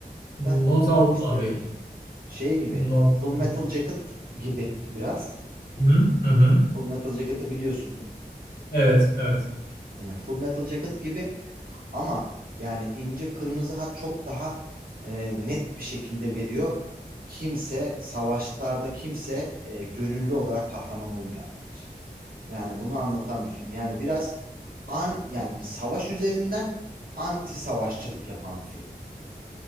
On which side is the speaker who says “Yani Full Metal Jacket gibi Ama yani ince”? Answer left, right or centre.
Right